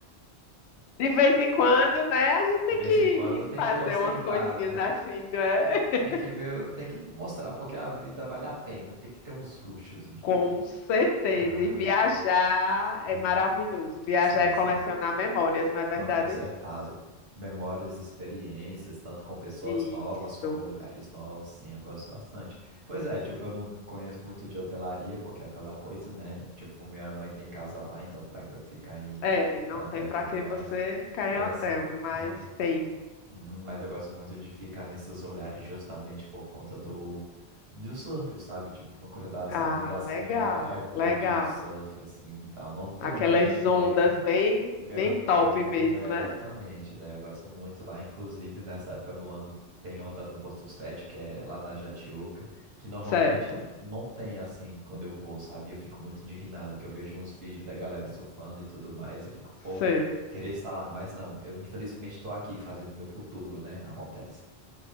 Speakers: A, on the left; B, on the right.
A: De vez em quando, né, a gente tem
B: De vez
A: que ir
B: em quando tem
A: fazer
B: que ostentar,
A: umas coisinhas
B: né?
A: assim, né?
B: Tem,
A: <laughs>
B: tem que ver, tem que mostrar porque a vida vale a pena. Tem que ter uns luxos de.
A: Com certeza.
B: Ah,
A: E viajar
B: ah,
A: é maravilhoso. Viajar
B: sim,
A: é colecionar
B: sim.
A: memórias, não é verdade?
B: Não, com certeza. Memórias, experiências, tanto com pessoas
A: Isso.
B: novas como lugares novos, sim, eu gosto bastante. Pois é, tipo, eu não conheço muito de hotelaria, porque é aquela coisa, né? Tipo, minha mãe tem casa lá, então pra que eu ficar em
A: É, não
B: hotel
A: tem para
B: e tudo
A: que
B: mais?
A: você ficar
B: Mas
A: em hotel,
B: assim,
A: mas
B: aham.
A: tem.
B: Uhum, mas eu gosto muito de ficar nesses lugares justamente por conta do, do surf, sabe? Tipo, no Curo das
A: Ah,
B: Almas, assim,
A: legal,
B: é, é ponte
A: legal.
B: de surf, assim, e tal. Não tem
A: Aquelas
B: muita gente que
A: ondas
B: banha pra
A: bem,
B: grandona,
A: bem top mesmo, né?
B: exatamente. Daí eu gosto muito lá, inclusive nessa época do ano tem onda no Posto 7, que é lá na Jatiúca, que normalmente
A: Certo.
B: não tem, assim, quando eu vou, sabe? Eu fico muito indignado, que eu vejo uns vídeos da galera surfando e tudo mais, e eu fico, pô,
A: Sei.
B: Queria estar lá, mas não. Eu infelizmente estou aqui fazendo meu futuro, né? Acontece.